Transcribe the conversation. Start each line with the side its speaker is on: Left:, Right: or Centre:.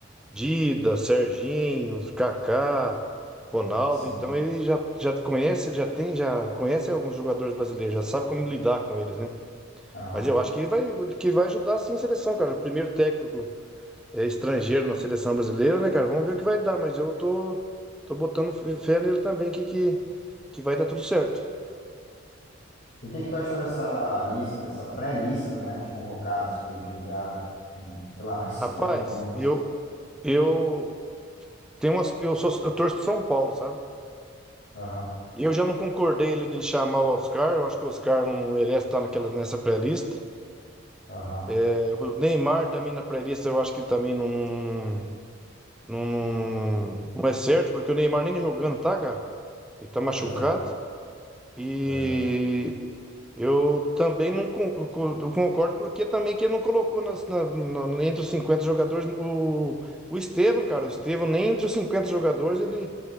Centre: Dida, Serginho, Kaká, Ronaldo.
Left: sim.
Centre: Então ele já, já conhece, ele já tem, já conhece alguns jogadores brasileiros, já sabe como lidar com eles, né?
Left: Aham.
Centre: Mas eu acho que ele vai, que vai ajudar sim a seleção, cara. O primeiro técnico é, estrangeiro na seleção brasileira, né, cara? Vamos ver o que vai dar, mas eu tô, tô botando fé nele também que, que, que vai dar tudo certo.
Left: E o que que tu achou dessa lista, dessa pré-lista, né, de convocados que divulgaram com, sei lá, mais de
Centre: Rapaz,
Left: 50 nomes?
Centre: eu, eu Tem umas, eu sou, eu torço pro São Paulo, sabe?
Left: Aham,
Centre: e Eu já não concordei ele dele chamar o Oscar, eu acho que o Oscar não merece estar naquela, nessa pré-lista.
Left: aham.
Centre: É, O Neymar também na pré-lista, eu acho que também não, não, não, não, não, não- não é certo, porque o Neymar nem jogando tá, cara. Ele tá machucado.
Left: Pois é,
Centre: E
Left: pois é,
Centre: eu também não, con- con- não concordo, porque também que ele não colocou nas- na- na- entre os 50 jogadores o, o Estevão, cara. O Estevão nem entre os 50 jogadores ele,